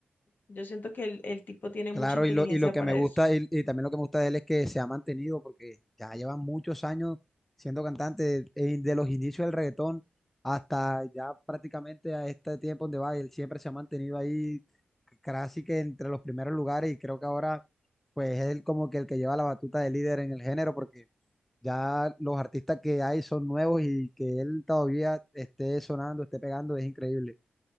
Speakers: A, on the left; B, in the centre.
A: Yo siento que el el tipo tiene
B: Claro,
A: mucha inteligencia
B: y lo, y lo
A: para
B: que me gusta,
A: eso.
B: y, y también lo que me gusta de él es que se ha mantenido, porque ya lleva muchos años siendo cantante, eh, de los inicios del reggaetón hasta ya prácticamente a este tiempo donde va, él siempre se ha mantenido ahí casi que entre los primeros lugares y creo que ahora pues es él como que el que lleva la batuta de líder en el género porque Ya los artistas que hay son nuevos y que él todavía esté sonando, esté pegando, es increíble.